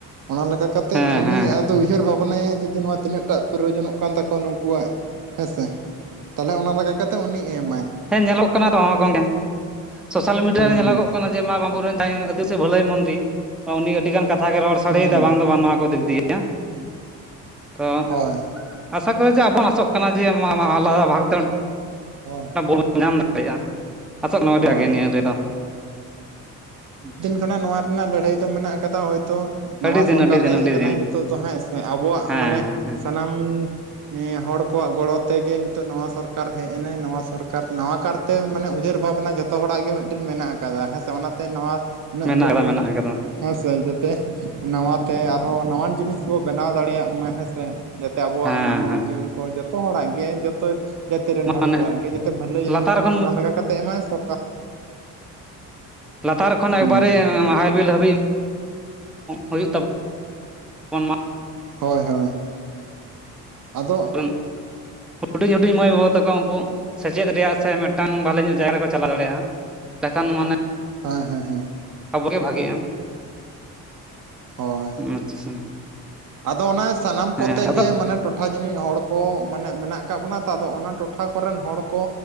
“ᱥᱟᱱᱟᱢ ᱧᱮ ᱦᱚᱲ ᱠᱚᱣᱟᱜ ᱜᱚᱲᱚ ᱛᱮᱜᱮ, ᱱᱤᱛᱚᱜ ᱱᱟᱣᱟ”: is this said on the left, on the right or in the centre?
Right